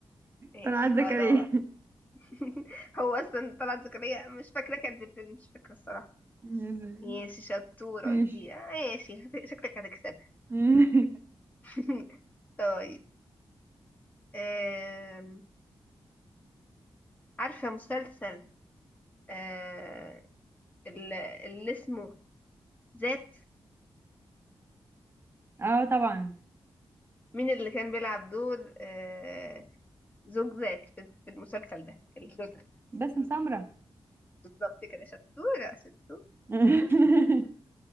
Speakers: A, on the left; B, on the right.
A: ماشي
B: طلعت
A: خلاص
B: زكريا <laughs>
A: <laughs> هو اصلا طلعت زكريا مش فاكره كانت في الفيلم مش فاكره الصراحه
B: يا سلام.
A: ماشي شطوره
B: ماشي
A: انتي ماشي هت- شكلك هتكسبي
B: <laughs>
A: <laughs> طيب آم، عارفه مسلسل آه، ال- اللي اسمه ذات
B: اه طبعا
A: مين اللي كان بيلعب دور آه، زوج ذات في في المسلسل ده الزوج
B: باسم سمرة
A: بالظبط كده شطورة شطورة
B: <laughs>